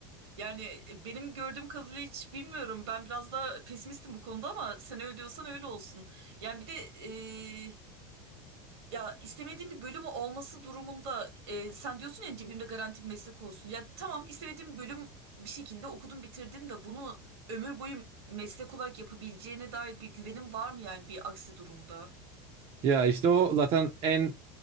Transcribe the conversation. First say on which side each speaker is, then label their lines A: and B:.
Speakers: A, on the right (about 70°); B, on the right (about 45°).
A: Yani e, benim gördüğüm kadarıyla hiç bilmiyorum. Ben biraz da pesimistim bu konuda ama sen öyle diyorsan öyle olsun. Yani bir de e, ya istemediğim bir bölüm olması durumunda e, sen diyorsun ya cebimde garanti bir meslek olsun. Ya tamam istemediğim bir bölüm bir şekilde okudun bitirdin de bunu ömür boyu meslek olarak yapabileceğine dair bir güvenim var mı yani bir aksi durumda?
B: Ya işte o zaten en